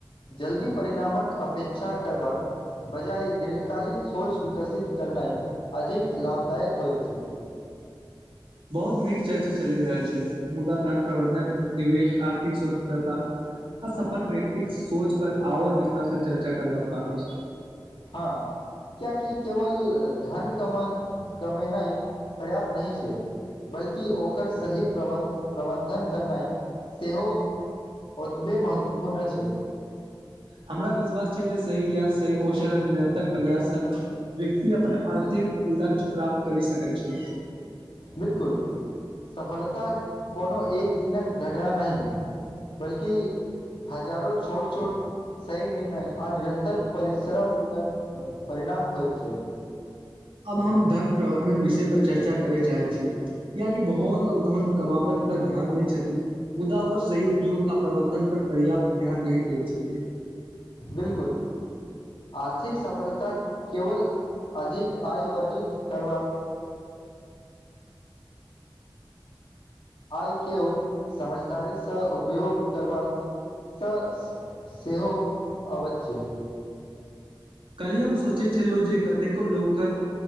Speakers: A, on the left; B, on the right.
A: जल्दी परिणामक अपेक्षा करबाक बजााय दीर्घकालीन सोच विकसित करनाइ अधिक लाभदायक होइत छै
B: बहुत नीक चर्चा चलि रहल छै मुदा धन प्रबंधन निवेश आर्थिक स्वतंत्रता आ सफल व्यक्ति सोच पर आओर विस्तार से चर्चा करबाक बाकी छै
A: हं कियाकि केवल धन कमा कमेनाइ पर्याप्त नही छए बल्कि ओकर सही प्रबन् प्रबन्धन करनाइ सेहो ओतबे महत्वपूर्ण अछै
B: हमरा विश्वास छै जे सही ज्ञान सही कौशल आर निरन्तर प्रयास सॅ व्यक्ति अपना आर्थिक लक्ष्य प्राप्त करी सकै छौ
A: बिल्कुल सफलता कोनो एक दिनक घटा नहि बल्कि हजारो छोट छोट सही निर्णय आ निरन्तर परिश्रम कर परिणाम होइत छै
B: अब हम धन प्रबंधन विषय पर चर्चा करय चाहे छि कियाकि बहुत लोग धन कमाबै पर ध्यान दै छथिन्ह मुदा ओकर सही उपयोग आ प्रबंधन पर पर्याप्त ध्यान नहि दैत छथिन्ह
A: बिलकुल आर्थिक सफलता केवल अधिक आय वर्जित करबाक आइ केओ समझदारी सँ उपयोग करबाक सँ सेहो अबैत छै
B: कलहि हम सोचै छलहुँ जे कतेको लोकक